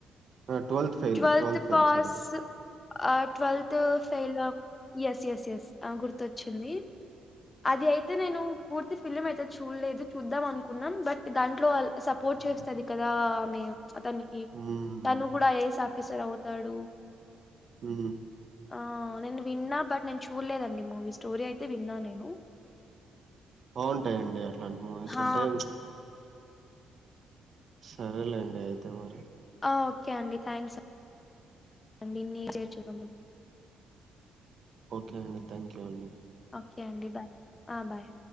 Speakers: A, on the right; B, on the left.
A: ఆ, twelfth fail
B: twelfth
A: fail
B: pass
A: sorry
B: ఆ twelfth fail yes yes yes ఆ గుర్తొచ్చింది అది అయితే నేను పూర్తి థిస్ ఫిలిం అయితే చూల్లేదు చూద్దాం అనుకున్నాం బట్ దాంట్లో అల్ సపోర్ట్
A: మ్మ్.
B: చేస్తది కదా ఆమే అతనికి
A: మ్మ్.
B: తను కూడా ఐఎస్ ఆఫీసర్ అవుతాడు
A: హు
B: ఆ నేను విన్నా బట్ నేను చూడలేదండి మూవీ స్టోరీ అయితే విన్నా నేను
A: బాగుంటాయండి అట్లాంటి మూవీస్
B: హా
A: అంటే హ్మ్ సరేలేండి అయితే మరి
B: ఓకే అండి థ్యాంక్స్ అండి దీన్ని చేర్చి నందుకు
A: ఓకే అండి థ్యాంక్ యూ అండి
B: ఓకే అండి బాయ్ ఆ బాయ్